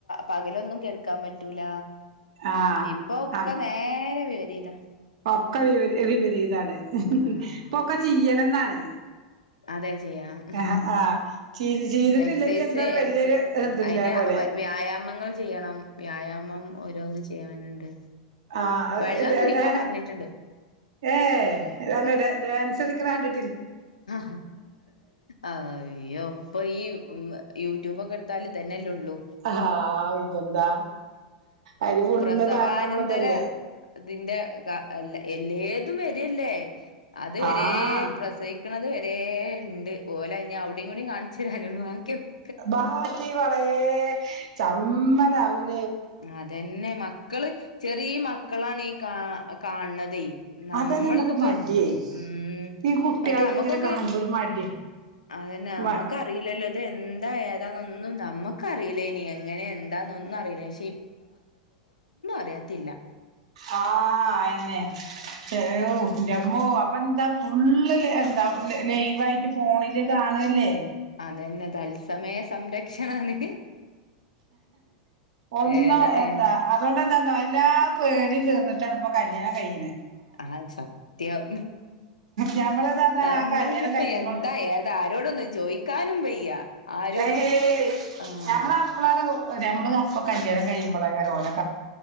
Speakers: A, on the left (about 80°); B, on the right (about 65°).
A: പകലൊന്നും കെട ക്കാൻ പറ്റൂല
B: ആഹ്
A: ഇപ്പൊ ഒക്കെ
B: ആഹ്
A: നേരെ വിവരീതാ
B: ഒക്കെ വിപ വിപരീതാണ്
A: ആഹ്
B: ഇപ്പൊക്കെ ചെയ്യണംന്നാണ്
A: അതെ ചെയ്യണം
B: ആഹ് ചെയ് ചെയ്തിട്ടില്ലെങ്കി
A: എക്സൈസ്
B: എന്തോ ഒരു വല്യൊരു
A: എക്സ്
B: ഇതില്ലേ
A: അതിന്റെ
B: പോലെ
A: വ വ്യായാമങ്ങൾ ചെയ്യണം വ്യായാമം ഓരോന്ന് ചെയ്യാനുണ്ട്
B: ആ ഹ
A: വെള്ളം
B: ദേ
A: കുടിക്കാൻ
B: ദെ
A: പറഞ്ഞിട്ടുണ്ട്
B: ഏ നല്ല ഡാൻ ഡാൻസളിക്കണണ്ടി
A: ഹ അയ്യോ ഇപ്പൊ ഈ യൂട്യൂബൊക്കെ എടുതാ -ല് ഇതന്നെല്ലേ ഉള്ളൂ
B: ഹാ പിന്നെന്താ അയ്ല് ഫുള്ള്
A: പ്രസവാനന്തര
B: കാണണമ്മള് ഇതല്ലേ
A: ഇതിന്റെ അല്ല എല്ലേതും വരല്ലേ അത് വരെ
B: ആഹ്
A: പ്രസവിക്കണത് വരെ ണ്ട് ഓലെ ഞ് അവിടിം കൂടിം കാണിച്ചു തരാനുള്ളൂ ബാക്കി ഒക്കെ
B: ബാക്കി വളേ ചമ്മലാവും
A: അതന്നെ മക്കള് ചെറിയ മക്കളാണ് ഈ കാ കാണണതേയ് നമ്മളിതിപ്പ
B: അതാണ് നമ്മക്ക് മടിയേ
A: ഉം
B: ഈ കുട്ടികൾക്ക്
A: മറ്റേ നമ്മക്കൊക്കെ
B: ഇങ്ങനെ കാണുമ്പോ ഒരു മടി
A: അതന്നെ നമ്മക്ക്
B: മ
A: അറിയില്ലല്ലോ ഇത് എന്താ ഏതാന്നൊന്നും നമ്മക്ക് ക്കറിയില്ലാനി എങ്ങനെ എന്താന്നൊന്നും അറിയില്ലേനി അറിയത്തില്ല
B: ആഹ് അതന്നെ <unintelligible> ന്റെമ്മോ അപ്പ എന്ത ഫുള്ള് എന്താ ലൈവ് ആയിട്ട് ഫോണിൽ കാണുഅല്ലേ
A: അതന്നെ തത്സമയ സംരക്ഷണാണ്
B: ഒന്നും
A: ഏതായ
B: എന്താ അതുകൊണ്ടന്താന്നോ എല്ലാ പേടിയും തീർന്നിട്ടാണ്പ്പ കല്യാണം കയി
A: ആ സത്യം
B: ഞമ്മള്ന്ന് പറഞ്ഞാ
A: നമ്മൾതിപ്പോ
B: ആ കല്യാണം കഴിയുമ്പോ
A: എന്താ ഏതാ ആരോടൊന്നും ചോയിക്കാനും വയ്യ ആരും
B: ഏയ്
A: ആഹ്
B: നമ്മൾ അപ്പോളാണ് നമ്മൾ അപ്പോ കല്യാണം കയുമ്പോൾ ആക്കാരും ഓനെ